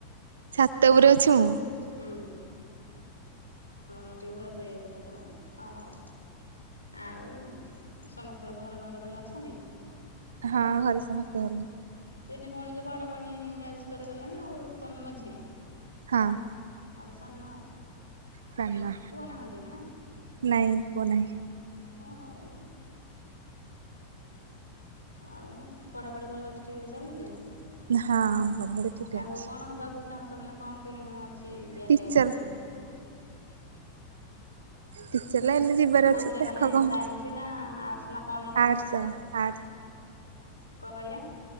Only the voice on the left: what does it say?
ହୁଁ ହଁ ଟିକ ଭଏସ ଇ ଏହେଲା ତ ହଉ। ଆଉ ସମସ୍ତଙ୍କ ଘର ଘରେ ଭଲ ଅଛନ୍ତି?
ତିନି ଭଉଣୀ ଯେ ବଡ ଭଉଣୀ ମ୍ୟାରେଜ କରିଗଲେଣି ଆଉ ତମେ ମଝିଆ।
ଆଉ ସାନ।
ପୁଅ ନାହାନ୍ତି ନା
ହଁ ହଉ। ଆଉ ପଢ଼ାପଢ଼ି ଭଲ ଠିକରେ ଚାଲିଛି
ଆଗକୁ
କଣ ହେବାକୁ ଚାହୁଁଛ ମାନେ କଣ ଅଛି କିଆରିଅର
ମାନେ
କୋଉଥିରେ
ମାନେ
ସାଇନ୍ସ ନା ଆର୍ଟସ୍ ନା କ'ଣ ନେଇଛ
କଁ କହିଲେ?